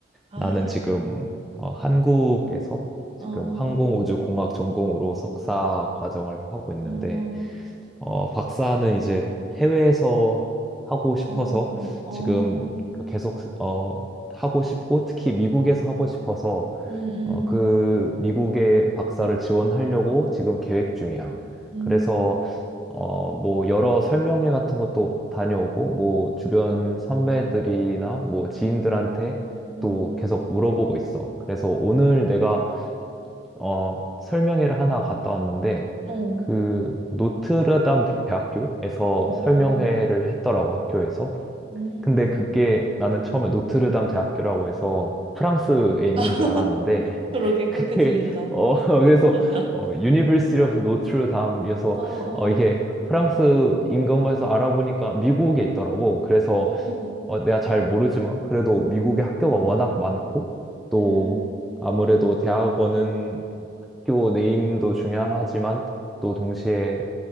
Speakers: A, on the right; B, in the centre.
A: 아,
B: 나는 지금 어, 한국에서 지금
A: 어, 어,
B: 항공우주공학 전공으로 석사 과정을 하고 있는데
A: 어,
B: 어, 박사는 이제 해외에서 하고 싶어서
A: 어, 어, 어,
B: 지금 계속 어, 하고 싶고 특히 미국에서 하고 싶어서
A: 음,
B: 어, 그 미국의 박사를 지원하려고 지금 계획 중이야.
A: 음, 음,
B: 그래서 어, 뭐 여러 설명회 같은 것도 다녀오고 뭐 주변 선배들이나 뭐 지인들한테
A: 음,
B: 또 계속 물어보고 있어. 그래서 오늘 내가 어, 설명회를 하나 갔다 왔는데,
A: 어, 어,
B: 그, 노트르담 대학교에서
A: 어, 어,
B: 설명회를 했더라고, 학교에서.
A: 음.
B: 근데 그게 나는 처음에 노트르담 대학교라고 해서 프랑스에 있는
A: <laughs>
B: 줄 알았는데,
A: 그러게,
B: <laughs>
A: 그렇게
B: 그게,
A: 들린다.
B: 어, 그래서,
A: <laughs>
B: 어, University of Notre Dame이어서,
A: 어,
B: 어, 이게
A: 어,
B: 프랑스인 건가 해서 알아보니까 미국에 있더라고. 그래서,
A: 어,
B: 어, 내가 잘 모르지만, 그래도 미국에 학교가 워낙 많고, 또,
A: 음, 음,
B: 아무래도 대학원은 학교 네임도 중요하지만 또 동시에